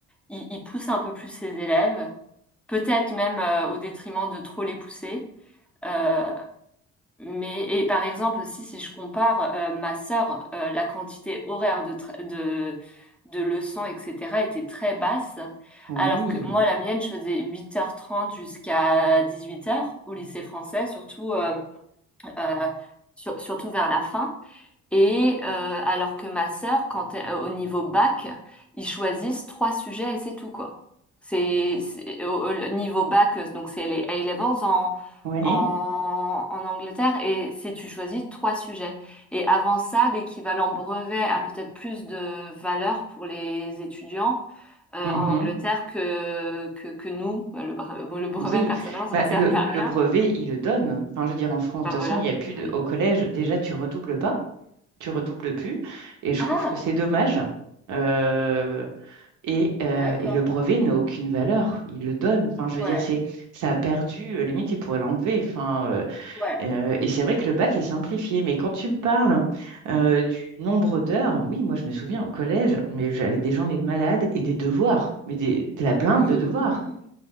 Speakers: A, in the centre; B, on the right (about 80°).
A: ils, ils poussent un peu plus ses élèves, peut-être même euh, au détriment de trop les pousser. Euh, mais et par exemple aussi si je compare euh, ma sœur, euh, la quantité horaire de, tra- de de leçons etc. était très basse,
B: Oui.
A: alors que moi la mienne je faisais 8h30 jusqu'à 18h au lycée français surtout euh, euh, sur- surtout vers la fin. Et euh, alors que ma sœur, quand elle- au niveau bac, ils choisissent trois sujets et c'est tout quoi. C'est c'est- au, au- niveau bac, euh, donc c'est les A-levels en,
B: Oui.
A: en en Angleterre et c'est tu choisis trois sujets. Et avant ça, l'équivalent brevet a peut-être plus de valeur pour les étudiants euh,
B: Mhm.
A: en Angleterre que que, que nous. Le, bre- bon, le brevet
B: Oui.
A: personnellement, ça
B: Bah,
A: m'a servi
B: le,
A: à
B: le
A: rien.
B: brevet, il le donne. Enfin, je veux dire, en France,
A: Bah
B: de toute
A: voilà,
B: façon, il n'y a plus de...
A: oui.
B: Au collège, déjà, tu redoubles pas. Tu redoubles plus. Et je
A: Ah,
B: trouve que c'est dommage. Euh, et, euh,
A: d'accord.
B: et le brevet n'a aucune valeur. Il le donne. Enfin, je
A: Ouais,
B: veux dire, c'est, ça a perdu. euh, Limite, il pourrait l'enlever. Enfin, euh,
A: ouais.
B: Euh, et c'est vrai que le bac est simplifié, mais quand tu me parles euh, du nombre d'heures, oui, moi je me souviens au collège, mais j'avais des journées de malade et des devoirs, mais des, de la blinde
A: Oui.
B: de devoirs.
A: Hum,